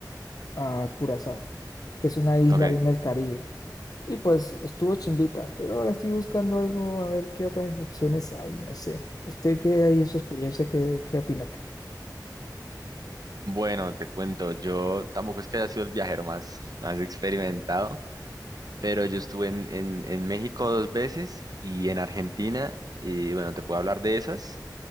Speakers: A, on the left; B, on the right.
A: a Curazao, que es una isla
B: ok.
A: ahí en el Caribe, y pues estuvo chimbita, pero ahora estoy buscando algo, a ver qué otras opciones hay, no sé. ¿Usted qué hay en su experiencia, qué, qué opina? que
B: Bueno, te cuento, yo tampoco es que haya sido el viajero más, más experimentado, pero yo estuve en, en, en México dos veces y en Argentina, y bueno, te puedo hablar de esas,